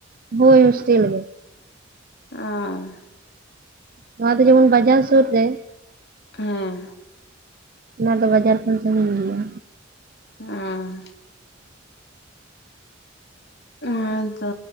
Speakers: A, on the right; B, on the left.
A: ᱦᱳᱭ ᱦᱚᱥᱴᱮᱞ ᱜᱮ
B: ᱚᱸᱻ
A: ᱱᱚᱶᱟ ᱫᱚ ᱡᱮᱢᱚᱱ ᱵᱟᱡᱟᱨ ᱥᱩᱨ ᱨᱮ
B: ᱦᱮᱸ
A: ᱚᱱᱟ ᱫᱚ ᱵᱟᱡᱟᱨ ᱠᱷᱚᱱ ᱥᱟᱺᱜᱤᱧ ᱜᱮᱭᱟ
B: ᱦᱮᱸ <inaudible> ᱦᱮᱸᱛᱚ